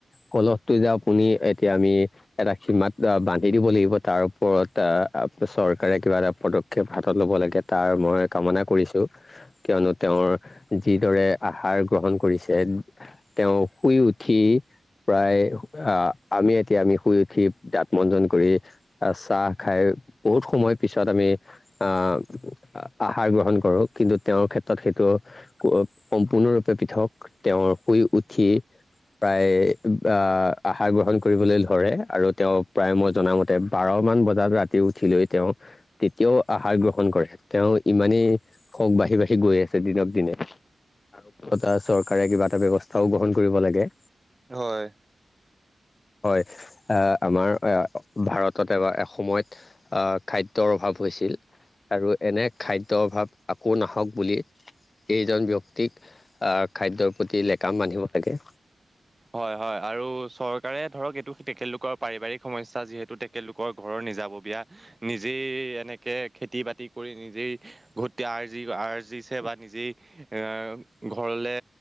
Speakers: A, on the left; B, on the right.
A: কলহটো যা পুনি এতিয়া আমি এটা সীমাত বান্ধি দিব লাগিব তাৰপৰত কলতা চৰকাৰে কিবা এটা পদক্ষেপ হাতত ল'ব লাগে তাৰ মই কামনা কৰিছো কিয়নো তেও যিদৰে আহাৰ গ্ৰহণ কৰিছে তেও শুই উঠি প্ৰায় আহ, আমি এতিয়া আমি শুই উঠি দাত মঞ্জন কৰি আহ চাহ খাই বহুত সময় পিছত আমি আহ আহাৰ গ্ৰহণ কৰো কিন্তু তেওৰ ক্ষেত্ৰত সেইটো সম্পূৰ্ণৰূপে পৃথক তেওৰ শুই উঠি প্ৰায় আহ, আহাৰ গ্ৰহণ কৰিবলৈ ধৰে আৰু তেও প্ৰায় মই জন মতে বাৰ মান বাৰ ৰাখ উঠি লৈ তেও তেতিয়াও আহাৰ গ্ৰহণ কৰে তেও ইমানেই হওক বাঢ়ি- বাঢ়ি গৈ দিনক দিনে আৰু চৰকাৰে কিবা এটা ব্যৱস্থাও গ্ৰহণ কৰিব লাগে।
B: হয়।
A: হয় আহ, আমাৰ ভাৰততে বা এসময়ত আহ, খাদ্যৰ অভাৱ হৈছিল। আৰু এনে খাদ্যৰ অভাৱ আকৌ নাহক বুলি এইজন ব্যক্তিক আহ খাদ্যৰ প্ৰতি লেকাম বান্ধিব লাগে।
B: হয় - হয় আৰু চৰকাৰে ধৰক এইটো তেখেতলোকৰ পাৰিবাৰিক সমস্যা যিহেতু তেখেতলোকৰ ঘৰৰ নিজাব বিয়া নিজেই এনেকে খেতি বাতি কৰি নিজেই ঘ আৰ্জি আ বা নিজেই এ ঘৰলে